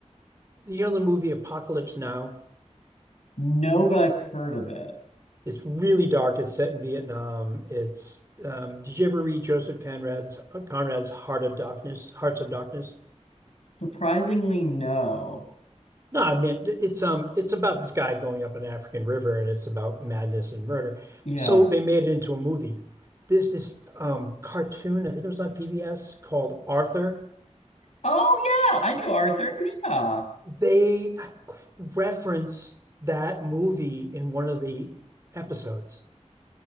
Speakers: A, on the right (about 25°); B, on the left (about 65°).
A: you know the movie Apocalypse Now?
B: No, but I've heard of it.
A: It's really dark. It's set in Vietnam. It's um, did you ever read Joseph Conrad's uh, Conrad's Heart of Darkness, Hearts of Darkness?
B: Surprisingly, no.
A: No, I mean it's um it's about this guy going up an African river and it's about madness and murder.
B: Yeah.
A: So they made it into a movie. This this um cartoon, I think it was on PBS called Arthur.
B: Oh, yeah. I knew Arthur. Yeah.
A: They reference that movie in one of the episodes.